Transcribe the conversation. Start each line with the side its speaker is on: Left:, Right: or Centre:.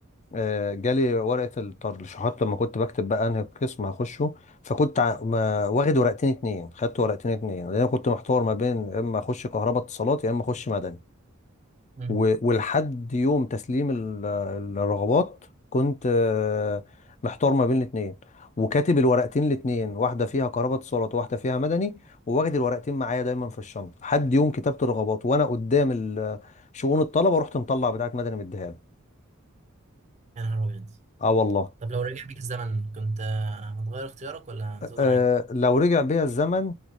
Left: آه، جالي ورقه الترشيحات لما كنت بكتب بقى انهي قسم هخشه فكنت ع- ما- واخد ورقتين اتنين خدت ورقتين اتنين لان انا كنت محتار ما بين يا اما اخش كهرباء اتصالات يا اما اخش مدني
Right: مم.
Left: و- ولحد يوم تسليم ال- الرغبات كنت آه، محتار ما بين الاتنين وكاتب الورقتين الاتنين واحدة فيها قرابة اتصالات وواحدة فيها مدني وواخد الورقتين معايا دايما في الشنطة لحد يوم كتابة الرغبات وانا قدام ال- شؤون الطلبة رحت مطلع بتاعت مدني مديها له
Right: يا نهار أبيض
Left: اه والله
Right: طب لو رجع بيك الزمن كنت آه، هتغير اختيارك ولا هتفضل
Left: آه
Right: عليك؟
Left: لو رجع بيا الزمن